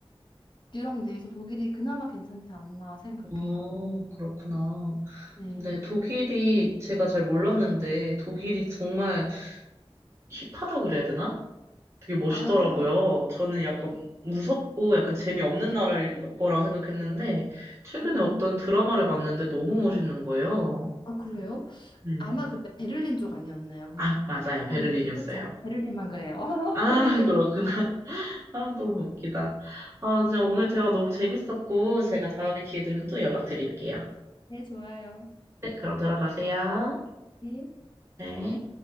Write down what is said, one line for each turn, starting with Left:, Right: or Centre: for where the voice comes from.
Left: 유럽 내에서 독일이 그나마 괜찮지 않나 생각해요.
Right: 어, 그렇구나.
Left: 네.
Right: 네, 독일이 제가 잘 몰랐는데, 독일이 정말 힙하다 그래야 되나? 되게 멋있더라고요.
Left: 아,
Right: 저는 약간 무섭고 약간 재미없는 나라일 거라고 생각했는데, 최근에
Left: 음, 음,
Right: 어떤 드라마를 봤는데 너무 멋있는 거예요.
Left: 아, 그래요?
Right: 네.
Left: 아마 그때 베를린 쪽 아니었나요? 그-
Right: 아, 맞아요.
Left: 거기.
Right: 베를린이었어요.
Left: 그렇죠. 베를린만 그래요. <laughs>
Right: 아,
Left: 베를린.
Right: 그렇구나. <laughs> 아, 너무 웃기다. 아, 진짜
Left: 네,
Right: 오늘 대화 너무 재밌었고, 제가 다음에 기회 되면 또 연락드릴게요.
Left: 네, 좋아요.
Right: 네, 그럼 들어가세요.
Left: 네.
Right: 네.